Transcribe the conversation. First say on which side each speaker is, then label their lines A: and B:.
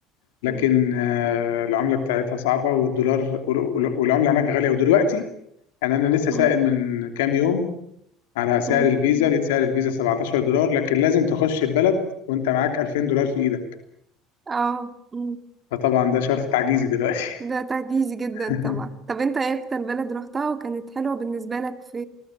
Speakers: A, on the left; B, on the right.
A: لكن
B: م-
A: آه، العمله بتاعتها صعبه والدولار وال- وال- والعمله هناك غاليه ودلوقتي يعني انا لسه
B: م-
A: سائل من كام يوم على سعر
B: م.
A: الفيزا لقيت سعر الفيزا 17 دولار لكن لازم تخش البلد وانت معاك 2000 دولار في ايدك
B: اه م.
A: فطبعا ده شرط تعجيزي دلوقتي
B: ده تعجيزي جدا
A: <laughs>
B: طبعا طب انت ايه اكتر بلد روحتها وكانت حلوة بالنسبة لك في